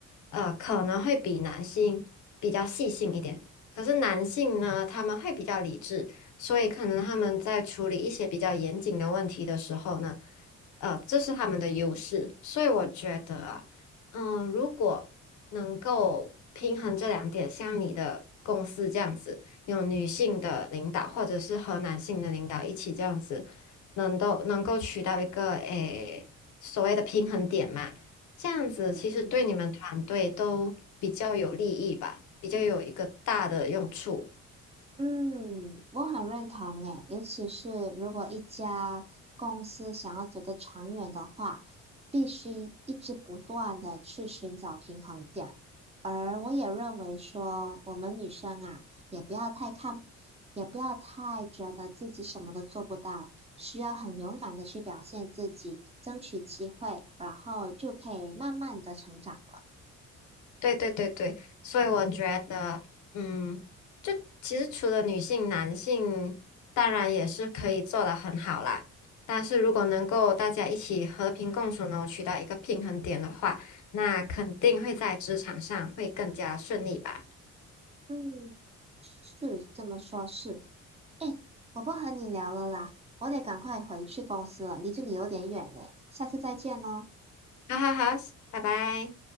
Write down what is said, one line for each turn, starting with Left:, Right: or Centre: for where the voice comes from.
Left: 呃，可能会比男性比较细心一点。可是男性呢，他们会比较理智，所以可能他们在处理一些比较严谨的问题的时候呢，呃，这是他们的优势，所以我觉得啊。嗯，如果能够平衡这两点，像你的公司这样子，有女性的领导或者是和男性的领导一起这样子，能够能够取到一个诶所谓的平衡点嘛，这样子其实对你们团队都比较有利益吧，
Right: 嗯，
Left: 比较有一个大的用处。
Right: 嗯，我很认同诶，尤其是如果一家公司想要走得长远的话，必须一直不断的去寻找平衡点。而我也认为说，我们女生啊，也不要太看，也不要太觉得自己什么都做不到，需要很勇敢的去表现自己，争取机会，然后就可以慢慢的成长了。
Left: 对对对对，所以我觉得，嗯，就其实除了女性，男性当然也是可以做得很好啦。但是如果能够大家一起和平共处呢，取到一个平衡点的话，那肯定会在职场上会更加顺利吧。
Right: 嗯，是这么说，是。哎，我不和你聊了啦，我得赶快回去公司了，离这里有点远呢，下次再见喽。
Left: 好好好，拜拜。